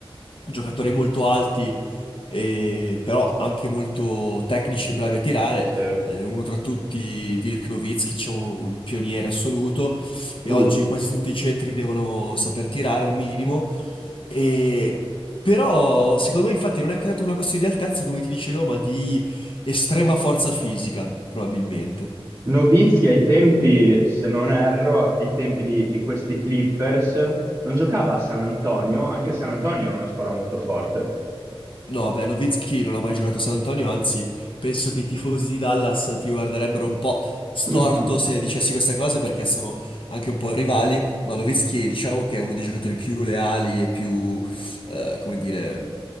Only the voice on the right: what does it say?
sì.
Uh.
Nowitzki ai tempi, se non erro, ai tempi di, di questi Clippers, non giocava a San Antonio, anche San Antonio era una squadra molto forte.
<laughs>